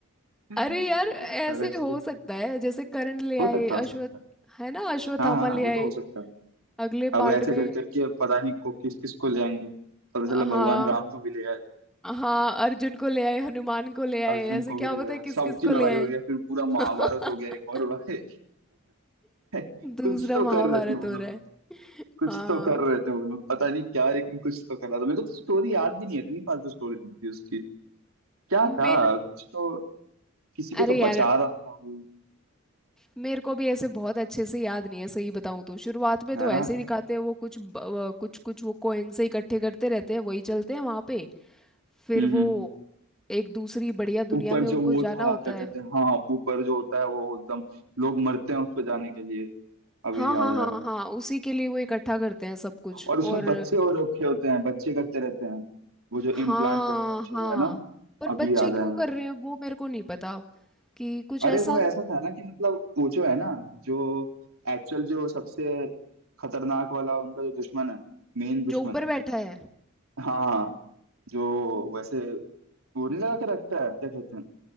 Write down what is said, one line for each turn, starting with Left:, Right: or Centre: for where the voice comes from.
Right: सड़क
Centre: अरे यार ऐसे
Right: से
Centre: हो सकता है जैसे करण ले
Right: हो
Centre: आए
Right: सकता हो
Centre: अश्वत्थ
Right: सकता है।
Centre: है ना अश्वत्थामा
Right: हाँ हाँ
Centre: ले
Right: वो
Centre: आए
Right: तो हो सकता है
Centre: अगले
Right: अब
Centre: पार्ट
Right: ऐसे
Centre: में
Right: कर करके अब पता नहीं को किस किस को ले आएंगे पता चला
Centre: हाँ
Right: भगवान राम को भी ले आए
Centre: हाँ अर्जुन को ले आए हनुमान को ले आए
Right: अर्जुन
Centre: ऐसे
Right: को
Centre: क्या
Right: भी ले
Centre: पता
Right: आए
Centre: है किस
Right: सबकी
Centre: किस
Right: लड़ाई
Centre: को ले
Right: हो
Centre: आए
Right: गया फिर पूरा महाभारत
Centre: <laughs>
Right: हो गया एक और भाई <laughs>
Centre: दूसरा
Right: कुछ तो
Centre: महाभारत
Right: कर रहे थे वो
Centre: हो
Right: लोग
Centre: रहा है
Right: कुछ
Centre: हाँ
Right: तो कर रहे थे वो लोग पता नहीं क्या लेकिन कुछ तो कर रहा था मेरे को तो स्टोरी याद भी नहीं है इतनी फालतू स्टोरी थी उसकी क्या था
Centre: मेरे
Right: कुछ तो किसी को
Centre: अरे
Right: तो
Centre: यार
Right: बचा रहा था वो
Centre: मेरे को भी ऐसे बहुत अच्छे से याद नहीं है सही बताऊं तो शुरुआत में
Right: है
Centre: तो
Right: ना
Centre: ऐसे ही दिखाते हैं वो कुछ ब- अ, कुछ कुछ वो कॉइन से इकट्ठे करते रहते हैं वही चलते हैं वहां पे फिर
Right: हम्म
Centre: वो
Right: हम्म
Centre: एक दूसरी बढ़िया
Right: ऊपर
Centre: दुनिया में
Right: जो
Centre: उनको
Right: वो
Centre: जाना
Right: था
Centre: होता
Right: क्या कहते
Centre: है
Right: हैं हाँ ऊपर जो होता है वो एकदम लोग मरते हैं उस पर जाने के लिए अभी
Centre: हाँ
Right: याद
Centre: हाँ
Right: आया
Centre: हाँ हाँ
Right: हमें।
Centre: हाँ, उसी के लिए वो इकट्ठा करते हैं सब कुछ
Right: और उसमें
Centre: और
Right: बच्चे और रखे होते हैं बच्चे करते रहते हैं वो जो
Centre: हाँ
Right: इम्प्लांट करते हैं बच्चों
Centre: हाँ
Right: को है ना
Centre: पर
Right: अभी
Centre: बच्चे
Right: याद
Centre: क्यों
Right: आया मेरे
Centre: कर
Right: को
Centre: रहे हैं वो मेरे को नहीं पता कि कुछ
Right: अरे
Centre: ऐसा
Right: वो ऐसा था ना कि मतलब वो जो है ना जो एक्चुअल जो सबसे खतरनाक वाला उनका जो दुश्मन है मेन दुश्मन
Centre: जो ऊपर बैठा है
Right: हाँ जो वैसे गोली लगा के रखता है क्या कहते हैं